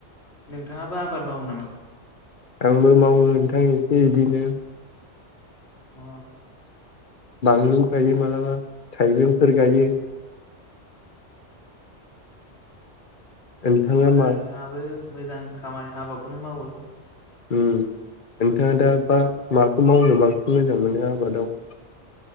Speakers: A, on the left; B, on the left.
A: नोंथाङाबो आबाद मावो नामा?
B: आंबो मावो नोंथां एसे इदिनो
A: अ
B: बानलु गायो मालाबा थाइबेंफोर गायो। नोंथाङा
A: इदिबाथ'
B: मा
A: नोंथाङाबो मोजां खामानि हाबाखौनो मावो।
B: उम नोंथाङा दा बा माखौ मावनो बांसिन मोजां मोनो आबादाव?